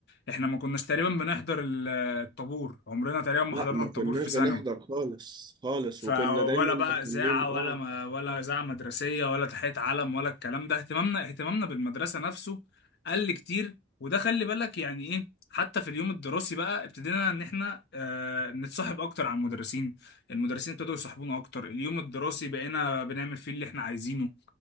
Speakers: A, on the left (about 60°); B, on the right (about 25°).
A: احنا ما كناش تقريبا بنحضر ال- آه، الطابور عمرنا تقريبا ما
B: لا
A: حضرنا
B: ما
A: الطابور
B: كناش
A: في ثانوي
B: بنحضر خالص خالص
A: فولا
B: وكنا دايما
A: بقى
B: مهتمين
A: إذاعة ولا
B: اه
A: ما ولا إذاعة مدرسية ولا تحية علم ولا الكلام ده اهتمامنا اهتمامنا بالمدرسة نفسه قل كتير وده خلي بالك يعني إيه حتى في اليوم الدراسي بقى ابتدينا إن إحنا آه نتصاحب أكتر على المدرسين المدرسين ابتدوا يصاحبونا أكتر اليوم الدراسي بقينا بنعمل فيه اللي إحنا عايزينه